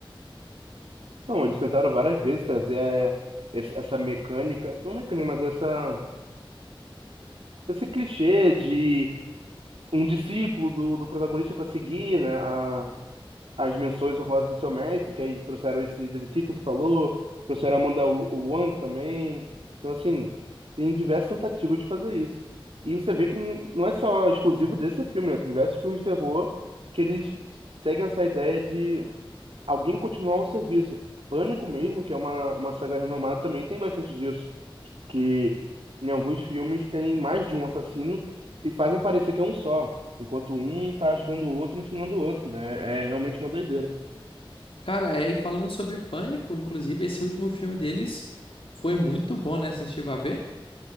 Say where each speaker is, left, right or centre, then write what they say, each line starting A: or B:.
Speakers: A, on the right; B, on the left.
A: Não, eles tentaram várias vezes trazer eh, essa essa mecânica, não mecânica, mas essa, esse clichê de um discípulo do, do protagonista para seguir, né, a, as menções honrosas do seu mestre, que aí trouxeram esse detetive que você falou, trouxeram a Amanda Wa- Wang também. Então, assim, tem diversas tentativas de fazer isso. E você vê que n- não é só exclusivo desse filme, né? Tem diversos filmes de terror que eles seguem essa ideia de alguém continuar o serviço. Pânico mesmo, que é uma, uma saga renomada, também tem bastante disso. Que em alguns filmes tem mais de um assassino e fazem parecer que é um só. Enquanto um tá ajudando o outro, ensinando o outro, né? É realmente uma doideira.
B: Cara, é, e falando sobre Pânico, inclusive, esse último filme deles foi muito bom, né? Você chegou a ver?